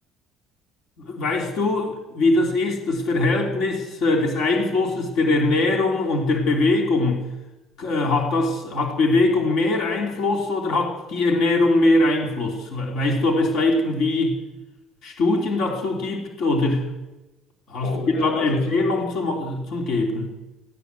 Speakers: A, on the left; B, on the left.
A: Weißt du, wie das ist, das Verhältnis äh, des Einflusses der Ernährung und der Bewegung? K- äh, Hat das, hat Bewegung mehr Einfluss oder hat die Ernährung mehr Einfluss? We- Weißt du, ob es da irgendwie Studien dazu gibt oder hast
B: Oh,
A: du dir
B: äh,
A: da
B: also
A: eine Empfehlung
B: ich,
A: zum, zum Geben?